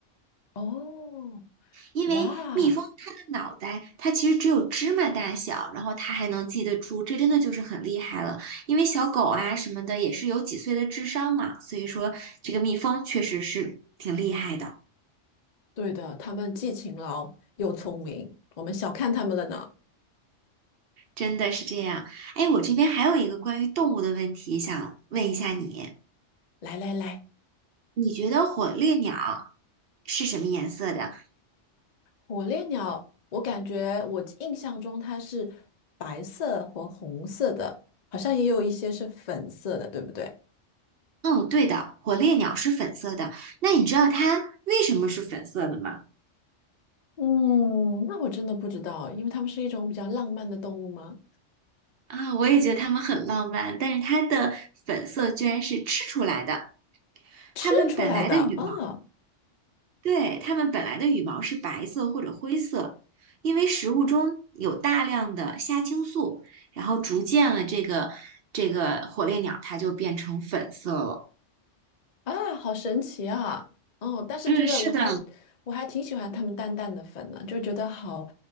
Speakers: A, on the left; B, on the right.
A: 哦，
B: 因为蜜蜂它的脑袋，
A: 哇，
B: 它其实只有芝麻大小，然后它还能记得住，这真的就是很厉害了。因为小狗啊什么的也是有几岁的智商嘛，所以说这个蜜蜂确实是挺厉害的。
A: 对的，他们既勤劳又聪明，我们小看他们了呢。
B: 真的是这样。哎，我这边还有一个关于动物的问题想问一下你，
A: 来来来，
B: 你觉得火烈鸟是什么颜色的？
A: 火烈鸟，我感觉我印象中它是白色和红色的，好像也有一些是粉色的，对不对？
B: 嗯，对的，火烈鸟是粉色的。那你知道它为什么是粉色的吗？
A: 嗯，那我真的不知道，因为它们是一种比较浪漫的动物吗？
B: 啊，我也觉得它们很浪漫，但是它的粉色居然是吃出来的。
A: 吃出来的啊，
B: 它们本来的羽毛。对，它们本来的羽毛是白色或者灰色，因为食物中有大量的虾青素，然后逐渐了这个这个火烈鸟它就变成粉色了。
A: 啊，好神奇啊！哦，但是这个我还我还挺喜欢他们淡淡的粉呢、
B: 嗯，是的，
A: 就觉得好，